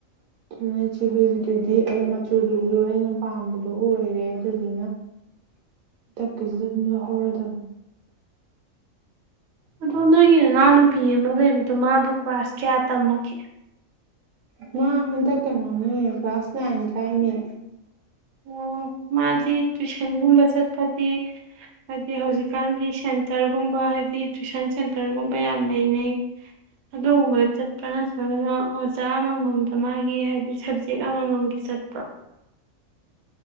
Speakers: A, on the right (about 80°); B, on the right (about 65°).
A: ꯑꯗꯨꯅ ꯆꯤꯍꯣꯏꯒꯤꯗꯨꯗꯤ ꯑꯩ ꯃꯆꯨꯗꯨꯕꯨ ꯑꯩꯅ ꯄꯥꯝꯕꯗ ꯑꯣꯏꯔꯦ ꯑꯗꯨꯗꯨꯅꯟ ꯀꯁꯤꯗ ꯍꯔ ꯇ
B: ꯑꯗꯣ ꯅꯣꯏꯒꯤ ꯏꯅꯥꯎ ꯅꯨꯨꯄꯤ ꯑꯃ ꯂꯩꯕꯗꯣ ꯃꯥꯕꯨ ꯀ꯭ꯂꯥꯁ ꯀꯌꯥ ꯇꯝꯃꯒꯦ
A: ꯃꯥ ꯍꯟꯗ ꯀꯩꯅꯣꯅꯤ ꯀ꯭ꯂꯥꯁ ꯂ ꯍꯥꯏꯅ ꯀꯥꯏꯅꯤ
B: ꯑꯣ ꯃꯥꯗꯤ ꯇꯨꯏꯁꯟꯒꯨꯝꯕ ꯆꯠ ꯀꯗꯤ ꯍꯥꯏꯗꯤ ꯍꯧꯖꯤꯛꯀꯥꯟꯒꯤ ꯁꯦꯟꯇꯔꯒꯨꯝꯕ ꯍꯥꯏꯗꯤ ꯇꯨꯏꯁꯟ ꯁꯦꯟ ꯔꯒꯨꯝꯕ ꯌꯥꯝ ꯂꯩꯅꯩ ꯑꯗꯨꯒꯨꯝꯕ ꯆꯠꯄ ꯆ ꯑꯣꯖꯥ ꯑꯃꯃꯝꯗ ꯃꯥꯒꯤ ꯍꯥꯏꯕꯗꯤ ꯁꯕꯖꯦꯛ ꯑꯃꯃꯝꯒꯤ ꯆꯠꯄ꯭ꯔꯣ